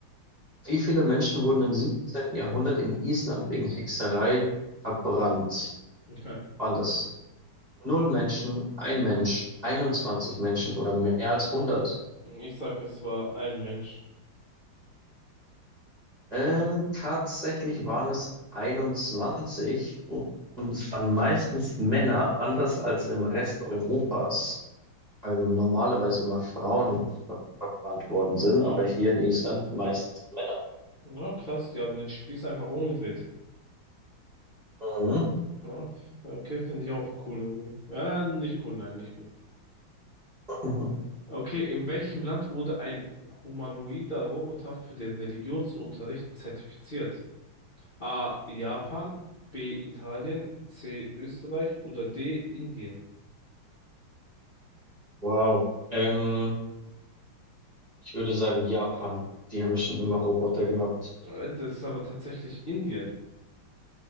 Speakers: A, on the right (about 30°); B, on the left (about 80°).
A: wie viele Menschen wurden im 17. Jahrhundert in Island wegen Hexerei verbrannt?
B: <laughs>
A: Waren das null Menschen, ein Mensch, 21 Menschen oder mehr als hundert?
B: Ich sag, es war ein Mensch.
A: Ähm, tatsächlich waren es 21 und und es waren meistens Männer, anders als im Rest Europas, weil normalerweise immer Frauen ver verbrannt worden sind,
B: Mhm.
A: aber hier in Island meistens Männer.
B: Ja, krass, die haben den Spieß einfach umgedreht.
A: Mhm.
B: Ja, okay, finde ich auch cool irgendwie. Ja, nicht cool, nein, nicht cool.
A: <laughs>
B: Okay, in welchem Land wurde ein humanoider Roboter für den Religionsunterricht zertifiziert? A. Japan, B. Italien, C. Österreich oder D. Indien?
A: Wow. Ähm, ich würde sagen Japan. Die haben ja schon immer Roboter gehabt.
B: Äh, Das ist aber tatsächlich Indien.